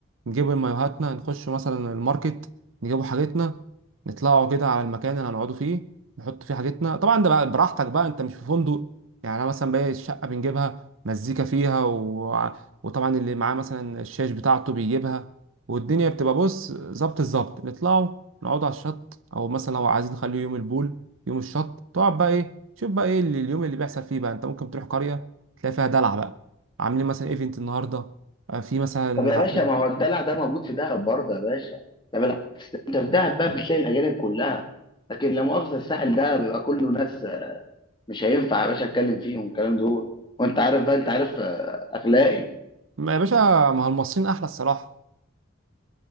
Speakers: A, on the right (about 85°); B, on the left (about 25°).
A: نجيب مايوهاتنا نخش مثلا الماركت نجيبوا حاجتنا نطلعوا كده على المكان اللي هنقعدوا فيه نحط فيه حاجتنا طبعا ده بقى براحتك بقى انت مش في فندق يعني انا مثلا باقي الشقه بنجيبها مزيكا فيها و... وطبعا اللي معاه مثلا الشاش بتاعته بيجيبها والدنيا بتبقى بص ظبط الظبط نطلعوا نقعدوا على الشط او مثلا لو عايزين نخليه يوم البول يوم الشط تقعد بقى ايه شوف بقى ايه اللي اليوم اللي بيحصل فيه بقى انت ممكن تروح قريه تلاقي فيها دلع بقى عاملين مثلا ايفنت النهارده آه، في مثلا
B: طب يا باشا
A: في
B: ما هو الدلع ده موجود في دهب برضه يا باشا طب العكس انت في دهب بقى بتلاقي الاجانب كلها لكن لا مؤاخذة الساحل ده بيبقى كله ناس مش هينفع يا باشا اتكلم فيهم الكلام دول وانت عارف بقى انت عارف آه، اخلاقي
A: ما يا باشا ما هو المصريين احلى الصراحه